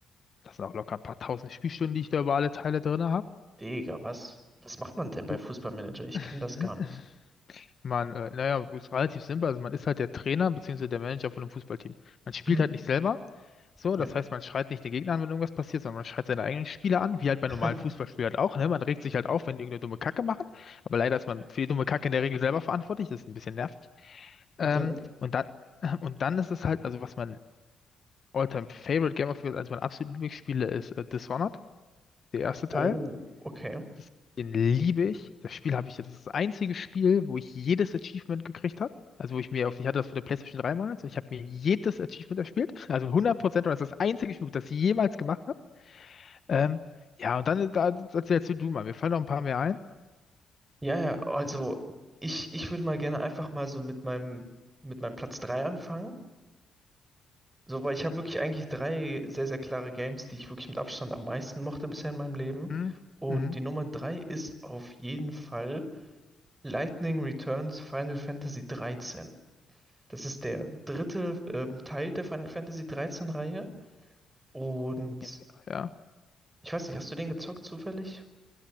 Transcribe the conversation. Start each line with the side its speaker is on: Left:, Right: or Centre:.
Left: Das sind auch locker ein paar tausend Spielstunden, die ich da über alle Teile drin habe.
Right: Digga, was? Was macht man denn bei
Left: Oh,
Right: Fußballmanager? Ich kenne
Left: <clears throat>
Right: das gar nicht.
Left: Man, äh, naja, ist relativ simpel. Also man ist halt der Trainer bzw. der Manager von einem Fußballteam. Man spielt
Right: Mhm.
Left: halt nicht selber. So,
Right: Ja.
Left: das heißt, man schreit nicht den Gegner an, wenn irgendwas passiert, sondern man schreit seine eigenen Spieler an, wie halt bei
Right: <laughs>
Left: normalen Fußballspielern halt auch, ne? Man regt sich halt auf, wenn die irgendeine dumme Kacke machen. Aber leider ist man für die dumme Kacke in der Regel selber verantwortlich. Das ist ein bisschen nervig. Ähm,
Right: Bitte?
Left: und dann, <clears throat> und dann ist es halt, also was mein All-Time-Favorite Game of Thrones, eines meiner absoluten Lieblingsspiele ist, äh, Dishonored. Der erste
Right: Oh,
Left: Teil,
Right: okay.
Left: das, den liebe ich. Das Spiel habe ich, das ist das einzige Spiel, wo ich jedes Achievement gekriegt habe. Also wo ich mir auf, ich hatte das für der PlayStation 3 mal, also ich habe mir jedes Achievement erspielt. Also ein 100%, Prozent. das ist das einzige Spiel, das ich jemals gemacht habe. Ähm, ja, und dann da, erzählst du mal, mir fallen noch ein paar mehr ein.
Right: Ja, ja, also ich, ich würde mal gerne einfach mal so mit meinem, mit meinem Platz 3 anfangen. So, weil ich habe wirklich eigentlich drei sehr, sehr klare Games, die ich wirklich mit Abstand am meisten mochte bisher in meinem Leben.
Left: Hm,
Right: Und
Left: mhm.
Right: die Nummer drei ist auf jeden Fall Lightning Returns Final Fantasy 13. Das ist der dritte ähm, Teil der Final Fantasy 13 Reihe. Und
Left: Ja, ja.
Right: ich weiß nicht, hast du den gezockt zufällig?